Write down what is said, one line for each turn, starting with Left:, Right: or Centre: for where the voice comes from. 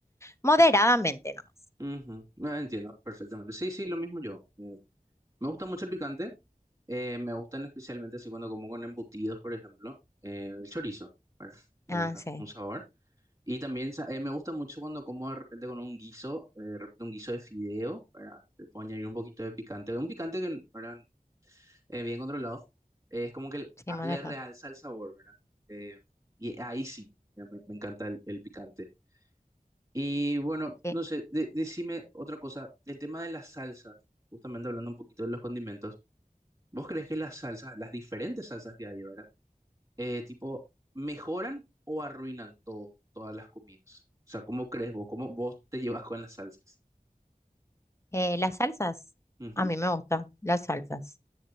Left: moderadamente nomás.
Right: Ujú, No entiendo perfectamente. Sí, sí, lo mismo yo. Eh, me gusta mucho el picante. eh, me gustan especialmente así cuando como con embutidos, por ejemplo. eh, el chorizo, ¿verdad? Le
Left: Ah,
Right: deja
Left: sí,
Right: como un sabor. Y también sa- eh, me gusta mucho cuando como de repente con un guiso, eh, de repente un guiso de fideo, ¿verdad? Le puedo añadir un poquito de picante. Un picante que, ¿verdad? eh, bien controlado, eh, es como que le,
Left: sí,
Right: a-
Left: moderado.
Right: le realza el sabor, ¿verdad? Eh, y ahí sí, ya me, me encanta el, el picante. Y bueno,
Left: sí.
Right: no sé, de- decime otra cosa, el tema de las salsas, justamente hablando un poquito de los condimentos, ¿vos crees que las salsas, las diferentes salsas que hay, ¿verdad? Eh, tipo, ¿mejoran o arruinan todo, todas las comidas? O sea, ¿cómo crees vos? ¿Cómo vos te llevas con las salsas?
Left: Eh, las salsas,
Right: Ujú,
Left: a mí me gustan las salsas.